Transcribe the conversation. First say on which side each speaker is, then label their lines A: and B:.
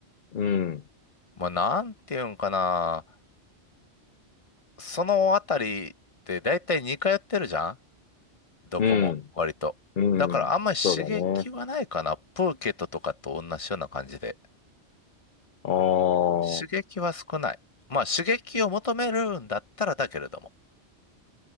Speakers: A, on the left; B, on the left.
A: うん、
B: まあ、なんていうんかな、そのあたりって大体似通ってるじゃんどこも、
A: うん、
B: 割と。
A: うん。
B: だからあんまり刺激はないかな。
A: そうだね。
B: プーケットとかと同じような感じで。
A: ああ、
B: 刺激は少ない。まあ刺激を求めるんだったらだけれども。